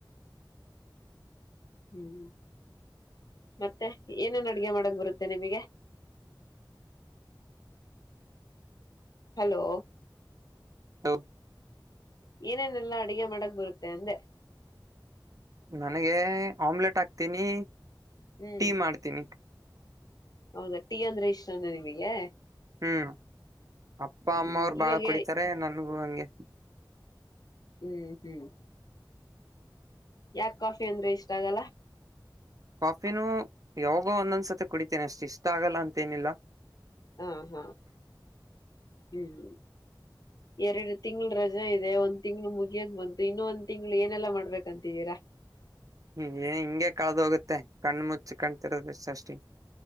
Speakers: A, on the left; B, on the right.
A: ಹ್ಮ್ ಮತ್ತೆ ಏನೇನ್ ಅಡ್ಗೆ ಮಾಡಕ್ ಬರುತ್ತೆ ನಿಮಗೆ. ಹಲೋ.
B: ಹೌ.
A: ಏನೇನೆಲ್ಲ ಅಡುಗೆ ಮಾಡಕ್ ಬರುತ್ತೆ ಅಂದೆ.
B: ನನಗೆ ಆಮ್ಲೆಟ್ ಹಾಕ್ತೀನಿ
A: ಹ್ಮ್
B: ಟೀ ಮಾಡ್ತೀನಿ
A: ಹೌದಾ ಟೀ ಅಂದ್ರೆ ಇಷ್ಟನ ನಿಮಗೆ
B: ಹ್ಮ್ ಅಪ್ಪ ಅಮ್ಮ
A: ಹ್ಮ್
B: ಅವ್ರು
A: ಇವಾಗ
B: ಬಾಳ ಕುಡಿತಾರೆ ನನ್ಗೂ ಹಂಗೆ
A: ಹ್ಮ್ ಹ್ಮ್ ಯಾಕ ಕಾಫಿ ಅಂದ್ರೂ ಇಷ್ಟ ಆಗಲ್ಲ
B: ಕಾಫಿನೂ ಯಾವಾಗೋ ಒಂದೊಂದ್ಸತಿ ಕುಡಿತೇನೆ ಅಷ್ಟು ಇಷ್ಟ ಆಗಲ್ಲ ಅಂತೇಏನಿಲ್ಲ
A: ಹಾ ಹಾ ಹ್ಮ್ ಎರಡು ತಿಂಗಳ ರಜೆ ಇದೆ ಒಂದ್ ತಿಂಗಳು ಮುಗಿಯದ ಬಂತು ಇನ್ನು ಒಂದ್ ತಿಂಗ್ಳ ಏನೆಲ್ಲಾ ಮಾಡ್ಬೇಕಂತಿದ್ದೀರಾ
B: ಹ್ಮ್ ಏ ಹಿಂಗೆ ಕಳದ ಹೋಗುತ್ತೆ ಕಣ್ಣು ಮುಚ್ಚ ಕಾಣ್ತಿರೋದಷ್ಟ ಅಷ್ಟಿ